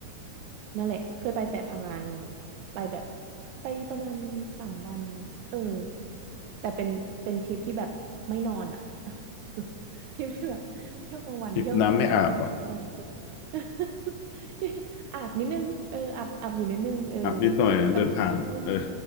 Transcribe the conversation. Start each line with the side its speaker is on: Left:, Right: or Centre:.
Right: นั่นแหละเคยไปแต่พังงานไปแบบไปประมาณสามวันเออแต่เป็นเป็นทริปที่แบบไม่นอนอ่ะ <laughs> ทริปที่แบบเที่ยวกลางวันเที่ยวกลางคืนเที่ยวกลางวันเที่ยวกลางคืน
Left: ทริปน้ำไม่อาบเหรอ่ะ
Right: <laughs> อาบนิดนึงเอออาบอาบอยู่นิดนึงเออแบบกลางคืนเออ
Left: อาบนิดหน่อยนะเดินผ่านเออ